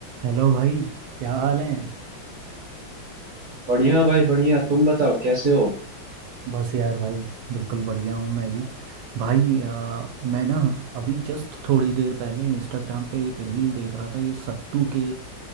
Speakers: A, on the right; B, on the right.
A: Hello भाई क्या हाल है
B: बढ़िया भाई बढ़िया तुम बताओ कैसे हो
A: बस यार भाई बिल्कुल बढ़िया हूँ मैं भी भाई आ, मैं ना अभी जस्ट थोड़ी देर पहले इंस्टाग्राम पे एक रील देख रहा था ये सत्तू के